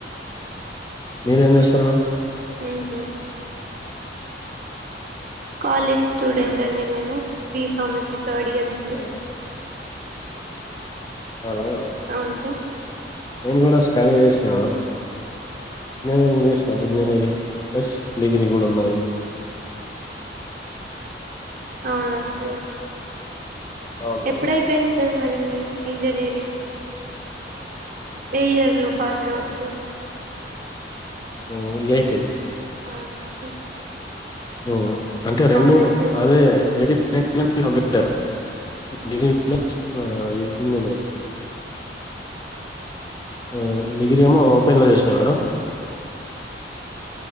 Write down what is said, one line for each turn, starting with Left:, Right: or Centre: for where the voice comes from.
Left: మీరేం చేస్తారు మేడమ్
Right: ఊహు కాలేజ్ స్టూడెంట్ అండి నేను బి ఫార్మసీ థర్డ్ ఇయర్ ఇప్పుడు
Left: ఆ, అవునా మేడం
Right: అవున్ సార్
Left: నేను కూడా స్టడీ చేసినా ఇంజనీరింగ్ చేసినా ఇంజనీరింగ్ ప్లస్ డిగ్రీ గుడా ఉన్నది
Right: అవునస్తే
Left: అవును మేడం
Right: ఎప్పుడయిపోయింది సార్ మరి మీ ఇంజీనీరింగ్ ఏ ఇయర్ లో పాస్డ్ఔట్ సార్
Left: ఊ యైటీన్
Right: అవును సార్
Left: ఉ అంటే రెండు
Right: అవునా సార్
Left: అదే ఏ డి <unintelligible> డి ప్లస్ అది ఇంజనీర్ హ డిగ్రీ ఏమో ఓపెన్లో చేసినా మేడం